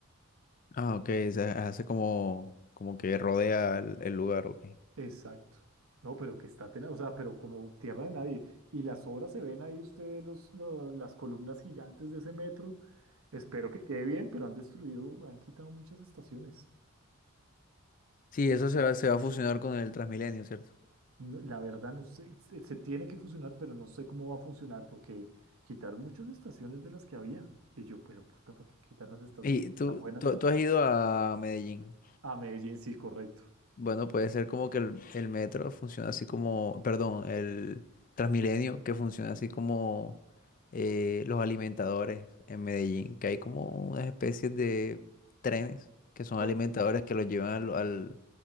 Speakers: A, on the left (about 40°); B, on the right (about 70°).
A: Ah, ok, o sea, hace como, como que rodea el, el lugar, ok.
B: Exacto. No, pero que está tenaz, o sea, pero como tierra de nadie. Y las obras se ven ahí, usted ve los, lo- las columnas gigantes de ese metro. Espero que quede bien, pero han destruido, han quitado muchas estaciones.
A: Sí, eso se va, se va a fusionar con el Transmilenio, ¿cierto?
B: No, la verdad no sé, se, se tiene que fusionar, pero no sé cómo va a funcionar porque quitaron muchas estaciones de las que había. Y yo, pero puta, ¿para qué quitar las estaciones
A: Y tú,
B: tan buenas?
A: tú, tú has ido a Medellín.
B: A Medellín, sí, correcto.
A: Bueno, puede ser como que el, el metro funciona así como, perdón, el Transmilenio, que funciona así como eh, los alimentadores en Medellín, que hay como unas especies de trenes que son
B: Pues,
A: alimentadores que los llevan al, al,